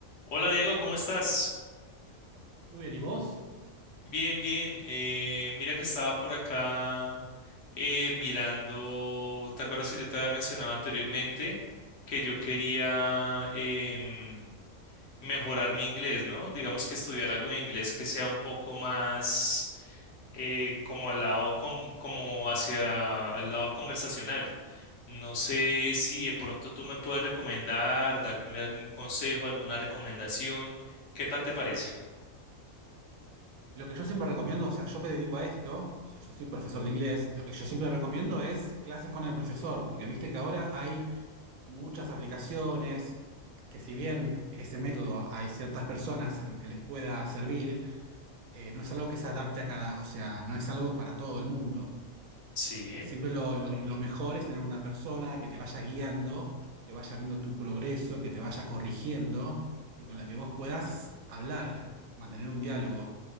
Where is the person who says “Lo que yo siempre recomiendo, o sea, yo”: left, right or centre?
Right